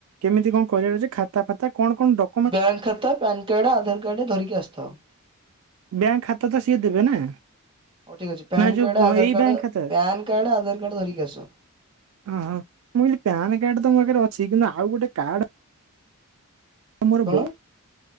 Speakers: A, on the right; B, on the right.
A: କେମିତି କଣ କରିବା ଯେ ଖାତା ଫାତା କଣ କଣ ଦ
B: ବ୍ୟାଙ୍କ ଖାତା, ପାନକାର୍ଡ, ଆଧାରକାର୍ଡ ଧରିକି ଆସିଥାଅ।
A: ବ୍ୟାଙ୍କ ଖାତା ତ ସିଏ ଦେବେ ନା?
B: ହଉ ଠିକ ଅଛି ପାନକାର୍ଡ,
A: ନା ଯୋଉ
B: ଆଧାରକାର୍ଡ,
A: ଏଇ ବ୍ୟାଙ୍କ ଖାତା
B: ପାନକାର୍ଡ, ଆଧାରକାର୍ଡ ଧରିକି ଆସ।
A: ଓହୋ ମୁଁ କହିଲି ପାନ କାର୍ଡ ତ ମୋ ପାଖରେ ଅଛି କିନ୍ତୁ ଆଉ ଗୋଟେ କାର୍ଡ ମୋର
B: କଣ
A: ବଉ